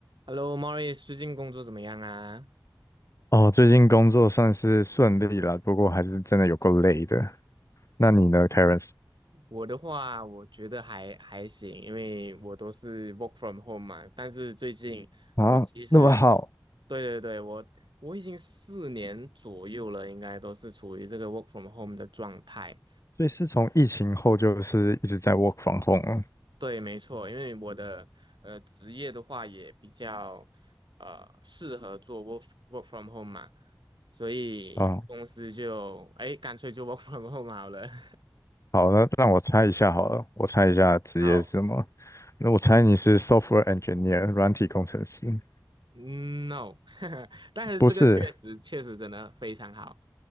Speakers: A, on the right; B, on the left.
A: Hello, m o r i 最近工作怎么样啊？
B: 哦，最近工作算是顺利了，不过还是真的有够累的。那你呢，Terence？
A: 我的话，我觉得还还行，因为我都是 work from home 嘛。但是最近我其实，
B: 啊，那么好，
A: 对对对，我我已经四年左右了，应该都是处于这个 work from home 的状态。
B: 所以是从疫情后就是一直在 work from home
A: 对，没错，因为我的呃职业的话也比较呃适合做 work work from home 嘛，所以公司就哎干脆就
B: 啊。啊
A: work from home 好了。<laughs>
B: 好，那让我猜一下好了，我猜一下职业是什么？
A: 好。
B: 那我猜你是 software engineer，软体工程师？
A: 嗯 No，<laughs> 但是这个确实确实真的非常好，
B: 不是